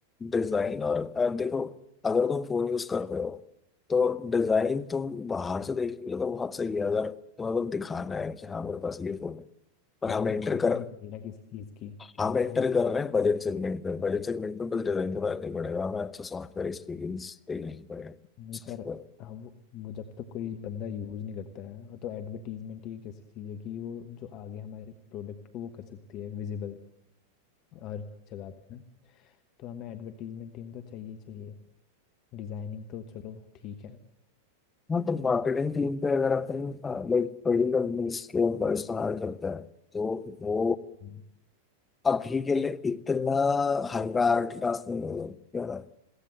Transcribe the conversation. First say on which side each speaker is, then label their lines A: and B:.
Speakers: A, on the left; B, on the left.
A: डिजाइन और अ, देखो अगर तुम फोन यूज कर रहे हो तो डिजाइन तुम बाहर से देख लो तो बहुत सही है अगर तुम्हें बस दिखाना है कि हाँ मेरे पास ये फोन है पर
B: पर
A: हम
B: हमें
A: एंटर
B: कॉपी
A: कर
B: नहीं करनी ना किसी चीज़ की
A: हम
B: अगर
A: एंटर
B: हम अपना
A: कर रहे
B: खुद
A: हैं बजट
B: का
A: सेगमेंट में बजट सेगमेंट में बस डिजाइन का फर्क नहीं पड़ेगा हमें अच्छा सॉफ्टवेयर एक्सपीरियंस देना ही पड़ेगा
B: नहीं
A: सॉफ्टवेयर
B: पर हम वो जब तक कोई बंदा यूज़ नहीं करता है और तो एडवर्टीजमेंट ही एक ऐसी चीज़ है कि वो जो आगे हमारे प्रोडक्ट को वो कर सकती है विजिबल हर जगह पे ना तो हमें एडवर्टीजमेंट टीम तो चाहिए ही चाहिए डिज़ाइनिंग तो चलो ठीक है
A: हाँ तो मार्केटिंग टीम पे अगर अपन लाइक बड़ी कंपनीज के एम्प्लॉयज को हायर करता है तो वो
B: हम्म।
A: अभी के लिए इतना हाई प्रायोरिटी टास्क नहीं होगा क्या ना